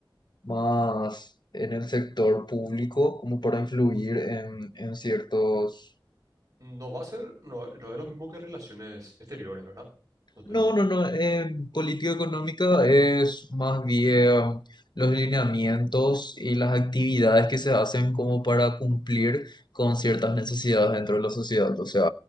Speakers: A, on the left (about 55°); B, on the right (about 45°).
A: más en el sector público como para influir en, en ciertos
B: No va a ser, no, no es lo mismo que relaciones exteriores, ¿verdad? No te-
A: No, no, no. eh, política económica es más bien los lineamientos y las actividades que se hacen como para cumplir con ciertas necesidades dentro de la sociedad. O sea,